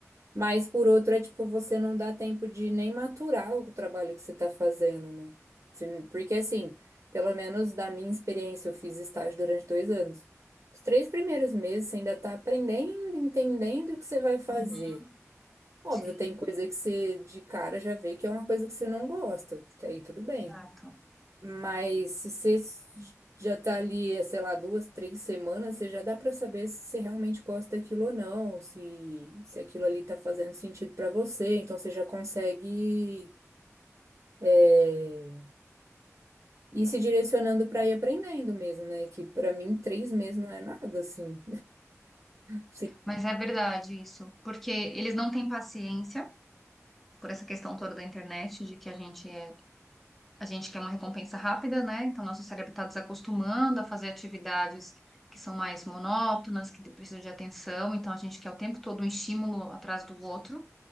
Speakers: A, on the right; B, in the centre.
A: Mas por outro é tipo, você não dá tempo de nem maturar o trabalho que você está fazendo, né? Você- Porque assim, pelo menos da minha experiência, eu fiz estágio durante dois anos. Os três primeiros meses você ainda está aprendendo, entendendo o que você vai fazer.
B: uhum,
A: Óbvio,
B: sim,
A: tem coisa que você de cara já vê que é uma coisa que você não gosta. Até aí tudo bem.
B: exato.
A: Mas se você já tá ali, sei lá, duas, três semanas, você já dá pra saber se você realmente gosta daquilo ou não, se, se aquilo ali tá fazendo sentido pra você. Então você já consegue é, ir se direcionando pra ir aprendendo mesmo, né? Que pra mim três meses não é nada, assim. Sim.
B: Mas é verdade isso, porque eles não têm paciência por essa questão toda da internet, de que a gente é A gente quer uma recompensa rápida, né? Então, nosso cérebro está desacostumando a fazer atividades que são mais monótonas, que precisam de atenção. Então, a gente quer o tempo todo um estímulo atrás do outro.